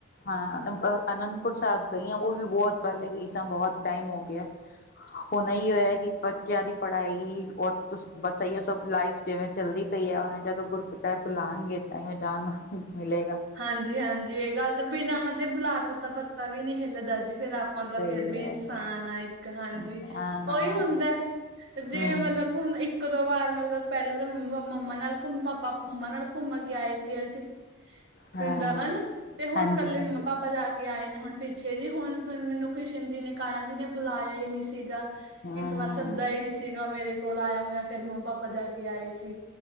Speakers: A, on the left (about 45°); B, on the right (about 65°).
A: ਹਾਂ, ਅ- ਅਨੰਦਪੁਰ ਸਾਹਿਬ ਗਈ ਆਂ, ਉਹ ਵੀ ਬਹੁਤ ਪਹਿਲੇ ਗਈ ਸਾ, ਬਹੁਤ ਟਾਇਮ ਹੋ ਗਿਆ।
B: ' <inaudible>
A: ਹੁਣ ਏ ਹੀ ਹੋਇਆ ਕੀ ਬੱਚਿਆਂ ਦੀ ਪੜ੍ਹਾਈ, ਔਰ ਤੁਸ ਬਸ, ਏ ਈ ਓ ਸਭ ਲਾਈਫ ਜਿਵੇਂ ਚੱਲਦੀ ਪਈ ਆ। ' <unintelligible> ' ਜਦੋਂ ਗੁਰਪਿਤਾ ਬੁਲਾਣਗੇ, ਤਾਂਈਓ ਜਾਣ ਨੂੰ ਮਿਲੇਗਾ।
B: ਹਾਂਜੀ-ਹਾਂਜੀ। ਇਹ ਗੱਲ ਤੇ ਬਿਨ੍ਹਾਂ ਉਹਨਾਂ ਦੇ ਬਲਾਣ, ' <unintelligible> ' ਦਾ ਤਾਂ ਪੱਤਾ ਵੀ ਨਹੀਂ ਹਿੱਲਦਾ ਜੀ। ਫਿਰ ਆਪਾਂ
A: ਸਹੀ
B: ਤਾਂ ਫਿਰ
A: ਗੱਲ
B: ਵੀ ਇਨਸਾਨ
A: ਹੈ।
B: ਆ, ਇੱਕ ਹਾਂਜੀ।
A: ਇਨਸਾਨ ਆ,
B: ਉਹੀ ਹੁੰਦਾ ਐ ਜੇ
A: ਹਮ
B: ਮਤਲਬ, ਹੁਣ ਇੱਕ ਕਦੋ ਵਾਰ ਮਤਲਬ ਪਹਿਲਾਂ ਮੰ, ਮੰਮਾ ਨਾਲ ਘੁੱਮ ਪਾਪਾ- ਮੰਮਾ ਨਾਲ ਘੁੰਮ ਕੇ ਆਏ ਸੀ, ਅਸੀਂ
A: ਹਾਂ
B: ਵ੍ਰਿੰਦਾਵਨ, ਤੇ ਹੁਣ
A: ਹਾਂਜੀ
B: ਇਕੱਲੇ
A: ਹਾਂਜੀ
B: ਮੰਮਾ ਪਾਪਾ ਜਾ ਕੇ ਆਏ ਨੇ ਹੁਣ ਪਿੱਛੇ ਜੀ, ਹੁਣ ਫਿਰ ਮੈਂਨੂੰ ਕ੍ਰਿਸ਼ਨ ਜੀ ਨੇ, ਕਾਣਾ ਜੀ ਨੇ ਬੁਲਾਇਆ ਹੀ ਨਹੀਂ ਸੀਗਾ।
A: ਹਮ
B: ਇਸ ਵਾਰ ਸੱਦਾ ਹੀ ਨਹੀਂ ਸੀਗਾ, ਮੇਰੇ ਕੋਲ ਆਇਆ ਹੋਇਆ, ਫਿਰ ਮੰਮਾ-ਪਾਪਾ ਜਾ ਕੇ ਆਏ ਸੀ। '